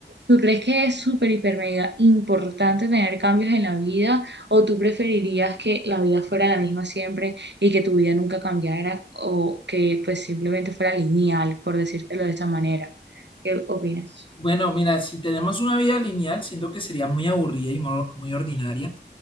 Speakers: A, on the right; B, on the left.
A: ¿tú crees que es súper, hiper, mega importante tener cambios en la vida o tú preferirías que la vida fuera la misma siempre y que tu vida nunca cambiara o que pues simplemente fuera lineal, por decírtelo de esa manera? ¿Qué opinas?
B: Bueno, mira, si tenemos una vida lineal, siento que sería muy aburrida y mo- muy ordinaria.